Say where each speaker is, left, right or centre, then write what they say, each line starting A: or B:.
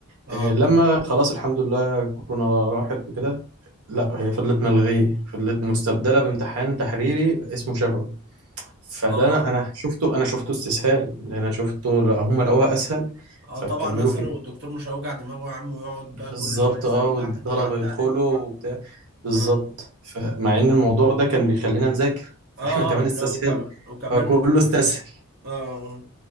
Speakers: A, on the right (about 45°); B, on the right (about 80°).
A: اه
B: إيه لما خلاص الحمد لله كورونا راحت وكده لا هي فضلت ملغيه فضلت
A: مم.
B: مستبدله بامتحان تحريري اسمه شفوي فده
A: اه
B: انا أنا شفته انا شفته استسهال لان انا شفته لا، هم لقوها اسهل
A: اه
B: فكملوا
A: طبعا اساله
B: فيها
A: والدكتور مش هيوجع دماغه يا عم ويقعد
B: بالظبط
A: بقى كل شويه يسال
B: اه والطلبه
A: واحد ويعدي
B: يدخلوا
A: عليه الدفعه
B: وبتاع بالظبط
A: اه
B: فمع ان الموضوع ده كان بيخلينا نذاكر فاحنا
A: اه
B: كمان استسهلنا
A: اه لا وكمان وكمان
B: فكله استسهل
A: اه